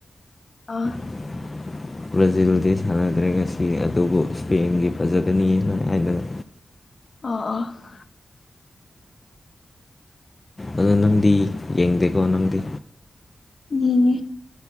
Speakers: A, on the left (about 55°); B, on the left (about 30°).
A: ꯑꯥ
B: <inaudible> ꯕ꯭ꯔꯥꯖꯤꯜꯗꯤ ꯁꯥꯟꯅꯗ꯭ꯔꯦ ꯉꯁꯤ ꯑꯗꯨꯕꯨ ꯏꯁꯄꯦꯟꯒꯤ ꯐꯖꯒꯅꯤ ꯍꯥꯏꯗꯅ
A: ꯑ ꯑ
B: ꯑꯗꯣ ꯅꯪꯗꯤ ꯌꯦꯡꯗꯦꯀꯣ ꯅꯪꯗꯤ
A: ꯌꯦꯡꯉꯤ